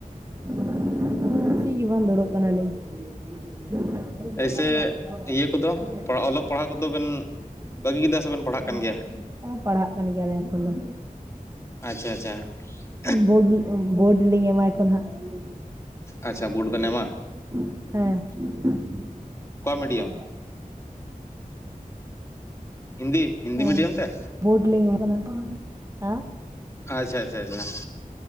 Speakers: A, on the right; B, on the left.
A: <unintelligible> ᱪᱮᱫ ᱜᱮ ᱵᱟᱝ ᱫᱩᱲᱩᱵ ᱠᱟᱱᱟᱞᱤᱧ ᱾ <unintelligible>
B: ᱮᱭᱥᱮ ᱤᱭᱟᱹ ᱠᱚᱫᱚ ᱚᱞᱚᱜ ᱯᱟᱲᱦᱟᱜ ᱠᱚᱫᱚ ᱵᱮᱱ ᱵᱟᱹᱜᱤ ᱠᱮᱫᱟ ᱥᱮᱵᱮᱱ ᱯᱟᱲᱦᱟᱜ ᱠᱟᱱ ᱜᱮᱭᱟ
A: ᱯᱟᱲᱦᱟᱜ ᱠᱟᱱ ᱜᱮᱭᱟᱞᱮ ᱮᱠᱷᱚᱱ ᱫᱚ
B: ᱟᱪᱪᱷᱟ ᱟᱪᱪᱷᱟ ᱾
A: ᱵᱳ ᱵᱳᱰ ᱞᱤᱧ ᱮᱢᱟ ᱮᱠᱷᱚᱱ ᱦᱟᱸᱜ, <unintelligible>
B: ᱟᱪᱪᱷᱟ ᱵᱳᱰ ᱵᱮᱱ ᱮᱢᱟ
A: ᱦᱮᱸ <unintelligible>
B: ᱚᱠᱟ ᱢᱤᱰᱤᱭᱟᱢ ᱦᱤᱱᱫᱤ ᱦᱤᱱᱫᱤ
A: ᱦᱮ
B: ᱢᱤᱰᱤᱭᱟᱢ ᱛᱮ
A: ᱵᱳᱰ ᱞᱤᱝ <inaudible> ᱠᱟᱱᱟ ᱦᱮᱸ
B: ᱟᱪᱪᱷᱟ ᱟᱪᱪᱷᱟ ᱟᱪᱪᱷᱟ ᱾